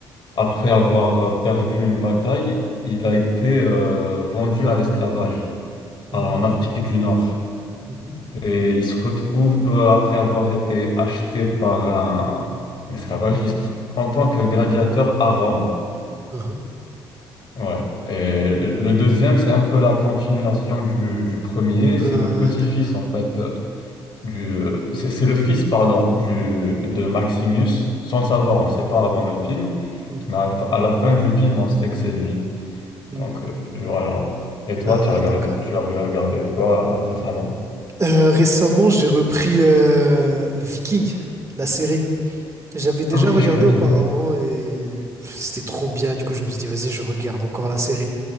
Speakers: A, on the left; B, on the right.
A: après avoir euh, perdu une bataille, il
B: Mhm,
A: a été euh, vendu à l'esclavage
B: mhm,
A: en Afrique du Nord.
B: mhm,
A: Et il se retrouve, euh, après avoir été acheté par un, un esclavagiste, en tant
B: mhm,
A: que gladiateur à Rome.
B: mhm.
A: Ouais. Et le deuxième, c'est un peu la continuation du, du premier. C'est
B: Ah,
A: le petit-fils,
B: d'accord.
A: en fait, euh, du, euh, c'est c'est le fils, pardon, du, de Maximus, sans le savoir, on ne le sait pas avant le film,
B: Mhm,
A: mais à, la fin à la fin du film, on sait que c'est lui.
B: mhm.
A: Donc, euh, voilà. Et toi,
B: Ah,
A: tu as regardé,
B: d'accord.
A: tu as regardé quoi euh, récemment?
B: Euh, récemment, j'ai repris euh, Viking, la série. J'avais déjà
A: Ah oui,
B: regardé
A: je connais,
B: auparavant
A: oui.
B: et pff, c'était trop bien. Du coup, je me suis dit, vas-y, je regarde encore la série.